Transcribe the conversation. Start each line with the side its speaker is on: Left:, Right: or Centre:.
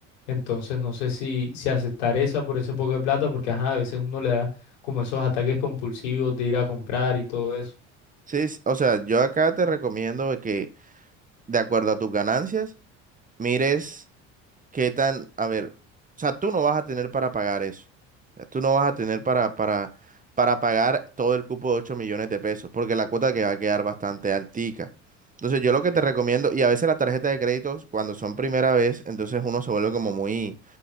Left: Entonces no sé si, si aceptar esa por ese poco de plata, porque ajá, a veces uno le da como esos ataques compulsivos de ir a comprar y todo eso.
Right: sí, s- o sea, yo acá te recomiendo que de acuerdo a tus ganancias, mires qué tan, a ver, o sea, tú no vas a tener para pagar eso. O sea, Tú no vas a tener para, para, para pagar todo el cupo de 8 millones de pesos, porque la cuota que va a quedar bastante altica. Entonces, yo lo que te recomiendo, y a veces las tarjetas de créditos, cuando son primera vez, entonces uno se vuelve como muy,